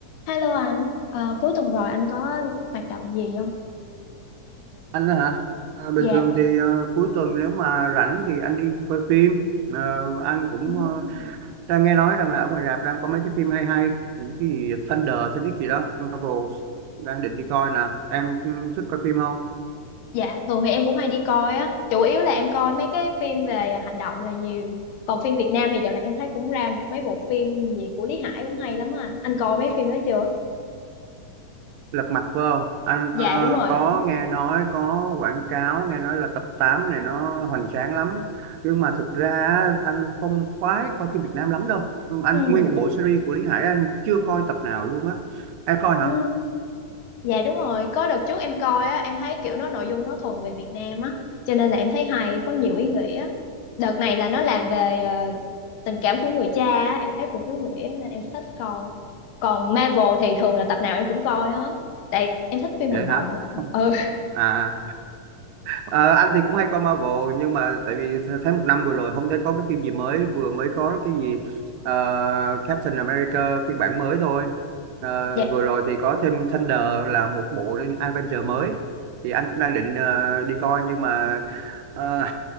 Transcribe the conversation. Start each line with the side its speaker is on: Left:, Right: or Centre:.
Left: Hello anh, Ờ, cuối tuần rồi anh có hoạt động gì không?
Right: anh á hả Ờ, bình
Left: Dạ,
Right: thường thì ờ, cuối tuần nếu mà rảnh thì anh đi coi phim Ờ, anh cũng
Left: Ừm.
Right: ờ, đang nghe nói rằng là ở ngoài rạp đang có mấy cái phim hay hay Những cái gì Thunder tôi biết gì đó Marvel đang định đi coi nè em ừ, thích coi phim không
Left: dạ thường thì em cũng hay đi coi á, chủ yếu là em coi mấy cái phim về hành động là nhiều. Còn phim Việt Nam thì dạo này em thấy cũng ra một mấy bộ phim gì của Lý Hải cũng hay lắm á anh. Anh coi mấy phim đó chưa?
Right: Lật Mặt phải không anh
Left: Dạ
Right: ờ,
Left: đúng rồi.
Right: có nghe nói có quảng cáo nghe nói là tập 8 này nó hoành tráng lắm nhưng mà thực ra á, anh không khoái coi phim Việt Nam lắm đâu Ừ, anh
Left: Ừ.
Right: nguyên một bộ series của Lý Hải anh chưa coi tập nào luôn á em coi hả
Left: Ừ. Dạ đúng rồi, có đợt trước em coi á, em thấy kiểu nó nội dung nó thuần về Việt Nam á, cho nên là em thấy hay, có nhiều ý nghĩa. Đợt này là nó làm về ờ, tình cảm của người cha á, em thấy cũng ý nghĩa nên em thích coi. Còn Marvel thì thường là tập nào em cũng coi hết, tại em thích phim
Right: vậy
Left: hành động
Right: hả
Left: mà. Ừ,
Right: À, ờ, anh thì cũng hay coi Marvel nhưng mà tại vì th- thấy một năm vừa rồi không thấy có cái phim gì mới vừa mới có cái gì ờ, Captain America phiên bản mới thôi Ờ,
Left: dạ,
Right: vừa rồi thì có thêm Thunder là một bộ Avenger mới thì anh cũng đang định ờ, đi coi nhưng mà ờ,